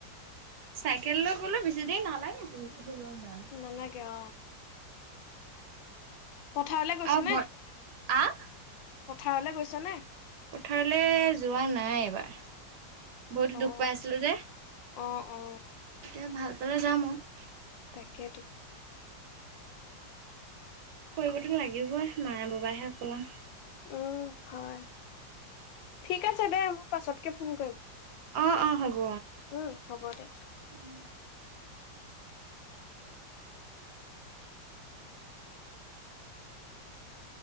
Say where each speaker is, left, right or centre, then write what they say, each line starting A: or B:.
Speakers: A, on the right; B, on the left.
A: চাইকেল লৈ গ'লেও বেছি দেৰি নালাগে ইমান।
B: নালাগে আও অঁ। পথাৰলে গৈছ
A: আৰু ব
B: নে?
A: আহ?
B: পথাৰলে গৈছনে?
A: পথাৰলে যোৱা নাই এইবাৰ ভৰিতো
B: অ',
A: দুখ পাই আছিলোঁ যে।
B: অ অ।
A: তেতিয়া ভাল পালে যাম আৰু।
B: তাকেইতো।
A: কৰিব টো লাগিবই মায়ে বাবাহে অকল আও।
B: উম হয় ঠিক আছে দে মই পাছতকে ফোন কৰিম।
A: অ অ হ'ব।
B: উম হ'ব দে
A: উম